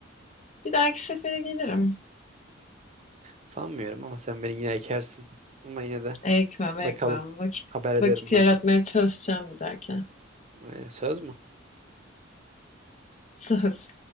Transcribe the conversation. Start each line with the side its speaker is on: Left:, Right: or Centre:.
Left: Bir dahaki sefere gelirim.
Right: Sanmıyorum ama sen beni yine ekersin. Ama yine de
Left: Ekmem
Right: bakalım.
Left: ekmem. Vakit
Right: Haber ederim
Left: vakit yaratmaya
Right: ben sana.
Left: çalışacağım bir dahakine.
Right: Öyle, söz mü?
Left: Söz.